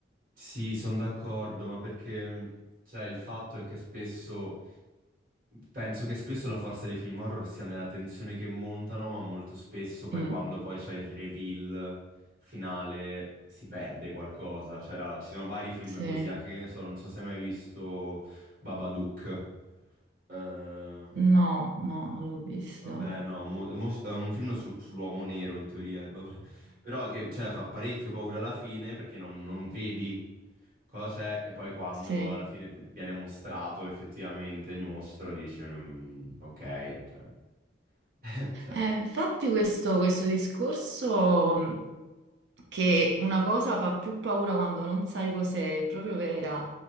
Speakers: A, on the right; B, on the right.
A: Sì, sono d'accordo, ma perché cioè il fatto è che spesso... Penso che spesso la forza dei film horror sia nella tensione che montano, ma molto spesso poi
B: Mm,
A: quando poi c'è il reveal finale si perde qualcosa. C'era, ci sono vari film
B: sì.
A: così, anche che ne so, non so se hai mai visto Babadook. Eh,
B: No, no, non l'ho visto.
A: Vabbè, no, un mo- mo- è un film sul- sull'uomo nero in teoria, <laughs> vabbè. Però che cioè, fa parecchio paura alla fine perché non, non vedi cosa è e poi quando
B: Sì.
A: alla fine ti viene mostrato effettivamente il mostro dici "Mm, ok, cioè, <laughs> cioè,
B: Eh, infatti questo, questo discorso mh, che una cosa fa più paura quando non sai cos'è, è proprio vera.